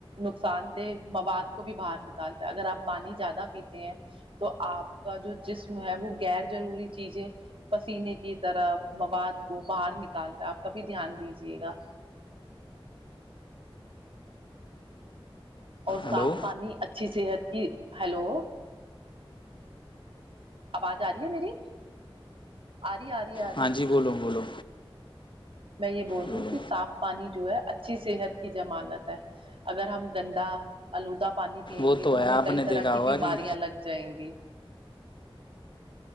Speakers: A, on the right (about 70°); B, on the left (about 60°).
A: نقصان دہ مواد کو بھی باہر نکالتا ہے اگر آپ پانی زیادہ پیتے ہیں تو آپ کا جو جسم ہے وہ غیر جضروری چیزیں پسینے کی طرح مواد کو باہر نکالتا ہے آپ کا بھی دھیان دیجیے گا اور صاف
B: ہلو
A: پانی اچھی صحت کی ہلو آواز آ رہی ہے میری آ رہی آ رہی آ رہی
B: ہاں
A: ہے
B: جی بولو بولو
A: میں یہ بول رہی
B: بولو
A: ہوں کہ صاف پانی جو ہے اچھی صحت کی مانت ہے اگر ہم گندا آلودہ پانی پییں
B: وہ
A: گے تو
B: ہے
A: ہمیں
B: آپ
A: کئی
B: نے
A: طرح
B: دیکھا
A: کی
B: ہوگا
A: بیماریاں
B: کہ
A: لگ جائیں گی